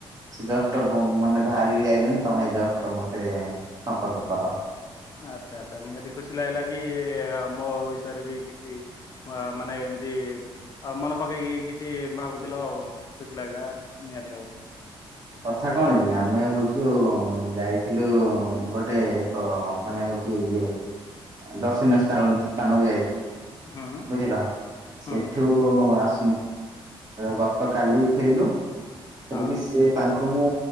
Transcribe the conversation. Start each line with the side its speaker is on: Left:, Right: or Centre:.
Right: ସେ ଏଗାର ଟା ମାନେ ବାହାରିକି ଯାଇଛନ୍ତିଛନ୍ତି ତମେ ଏଇ ଏଗାର ଟା ମତେ ସମ୍ପର୍କ କଲ।
Left: ଆଚ୍ଛା ଆଛା ନିହାତି ଖୁସି ଲାଗିଲା କି ମୋ ବିଷୟରେ ବି କିଛି ମାନେ ଏମତି ଆଉ ମନେ ପକେଇକି କିଛି ଭାବୁଥିଲ ଆ ଖୁସି ଲାଗିଲା ନିହାତି ଭାବରେ।
Right: କଥା କଣ କି ଆମେ ହଉଛୁ ଯାଇଥିଲୁ ଗୋଟେ ଏକ ମାନେ କି ଇଏ ଦର୍ଶନୀୟ ସ୍ଥାନ ସ୍ଥାନକୁ ଯାଇ
Left: ହୁଁ
Right: ବୁଝିଲ
Left: ହୁଁ
Right: ସେଠୁ ଆସ ଗତ କାଲି ଫେରିଲୁ ଫେରିକି
Left: ହଁ
Right: ସ ତା ମୁଁ